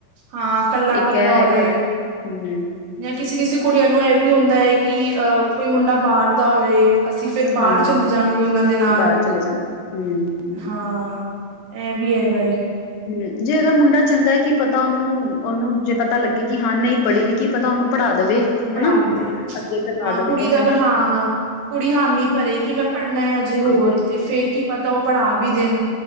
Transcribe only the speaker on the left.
ਇੱਕ
ਇਹ
ਹੈਗਾ ਵੈ ਹੂੰ
ਹਾਂ
ਬਾਹਰ ਚਲੇ ਜਾਣ ਹੂੰ
ਹਮ ਜੇ ਅਗਰ ਮੁੰਡਾ ਚੰਗਾ ਕੀ ਪਤਾ ਉਹਨੂੰ ਉਹਨੂੰ ਜੇ ਪਤਾ ਲੱਗੇ ਕਿ ਹਾਂ ਨਹੀਂ ਪੜ੍ਹੀ ਦੀ ਕੀ ਪਤਾ ਉਹਨੂੰ ਪੜ੍ਹਾ ਦੇਵੇ
ਹਨਾ
ਅੱਗੇ ਕਰਾ
ਦੇਵੇ
ਹਨਾ
ਹਾਂ